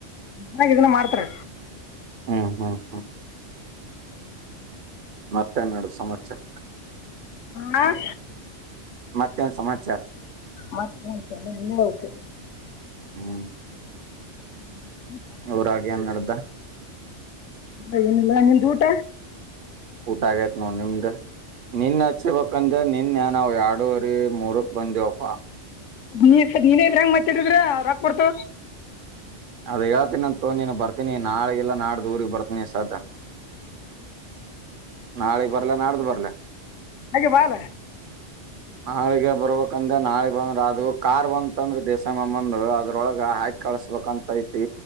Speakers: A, on the left; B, on the right.
A: ಚನ್ನಾಗ ಇದನ್ನ ಮಾಡ್ತಾರೆ
B: ಹ್ಮ್ ಹ್ಮ್ ಹ್ಮ್ ಮತ್ತೆನ್ನೆಡು ಸಂತ್ಸರ
A: ಹಾಂ
B: ಮತ್ತೊಂದು ಸಮಾಚಾರ
A: ಮತ್ತಲ್ಲ ನಿನ್ನೇ ಹೌತೆ
B: ಹ್ಮ್
A: ಹ್ಮ್
B: ಅವರಾಗಿ ಏನ್ಡ್ದ
A: ಏನಲ್ಲ ನಿಂದ ಊಟ
B: ಊಟಾಗಾಗತ್ ನೋ ನಿಮ್ದ ನಿನ್ ಹಚ್ರ್ಬೇಕಂದ್ರೆ ನಿನ್ ನ್ಾವ ಎರಡೂುವರಿ ಮೂರಕ್ ಬಂದವಪ್ಪಾ
A: ನೀಸ ನೀನೇ ಇದ್ರ ಹೆಂಗ ಮತ್ತಿದ್ರ ರಾಕ್ಬರ್ತ
B: ಅದ ಯಾತನಂತ ನೀನು ಬರ್ತೀನಿ ನಾಳಿಗೆಲ್ಲಾ ನಾಡ್ದು ಊರಿಗೆ ಬರ್ತೀನಿ ಸಾದ ನಾಳೆ ಬರ್ಲ ನಾಳ್ದು ಬರ್ಲ
A: ಹಾಗೆ ಬಾಳ
B: ನಾಳಿಗೆ ಬರ್ಬೇಕಂದ್ರೆ ನಾಳೆ ಬಂದ್ರ ಅದು ಕಾರ್ ಬಂತಂದ್ರೆ ದೇಸ ಬಂದ ಅದ್ರೊಳಗ ಹಾಕಿ ಕಳಸ ಕಂತ ಐತಿ